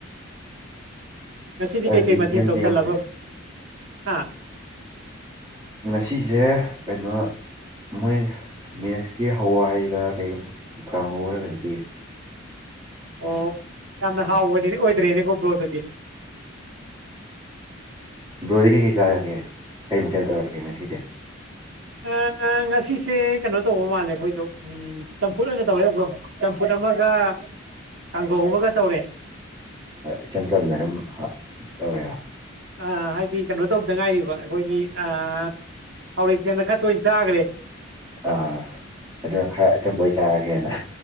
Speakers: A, on the right; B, on the right.
A: ꯉꯁꯤꯗꯤ
B: ꯑꯗꯨꯗꯤ
A: ꯀꯩ ꯀꯩ ꯃꯊꯦꯟ
B: ꯌꯨꯝꯗꯤ
A: ꯇꯧꯁꯜꯂꯕ
B: ꯌꯧꯗ꯭ꯔꯤꯕ
A: ꯍꯥ
B: ꯉꯁꯤꯁꯦ ꯀꯩꯅꯣ ꯃꯣꯏ ꯃꯦꯁꯀꯤ ꯍꯋꯥꯏꯒ ꯀꯩꯒꯤꯅꯣ ꯀꯥꯡꯍꯧꯒꯔ ꯀꯩꯅꯣ ꯄꯤꯔꯦ
A: ꯑꯣ ꯌꯥꯝꯅ ꯍꯥꯎꯕꯗꯨꯗꯤ ꯑꯣꯏꯗ꯭ꯔꯦꯅꯦꯀꯣ ꯕ꯭ꯔꯣ ꯑꯗꯨꯗꯤ
B: ꯕ꯭ꯔꯣꯗꯤ ꯀꯩꯀꯩ ꯆꯥꯔꯒꯦ ꯀꯩ ꯃꯊꯦꯜ ꯇꯧꯔꯛꯒꯦ ꯉꯁꯤꯗꯤ
A: ꯑꯝ ꯉꯁꯤꯁꯦ ꯀꯩꯅꯣ ꯇꯧꯕ ꯃꯥꯜꯂꯦ ꯑꯩꯈꯣꯏꯗꯣ ꯎꯝ ꯆꯝꯐꯨꯠ ꯑꯣꯏꯅ ꯇꯧꯋꯦꯕꯣ ꯆꯝꯐꯨꯠ ꯑꯃꯒ ꯀꯥꯡꯍꯧ ꯑꯃꯒ ꯇꯧꯔꯦ
B: ꯏꯆꯝ ꯆꯝꯅ ꯑꯗꯨꯝ ꯍꯥꯥ ꯇꯧꯋꯦ
A: ꯑ ꯍꯥꯏꯗꯤ ꯀꯩꯅꯣ ꯇꯧꯗ ꯉꯥꯏꯔꯤꯕ ꯑꯩꯈꯣꯏꯒꯤ ꯊꯥꯎꯔꯦꯛꯁꯦ ꯍꯟꯗꯛ ꯈꯔ ꯇꯣꯏꯅ ꯆꯥꯈ꯭ꯔꯦ
B: ꯑꯥ ꯑꯗꯨꯅ ꯈꯔ ꯑꯆꯝꯕ ꯑꯣꯏ ꯆꯥꯔꯒꯦꯅ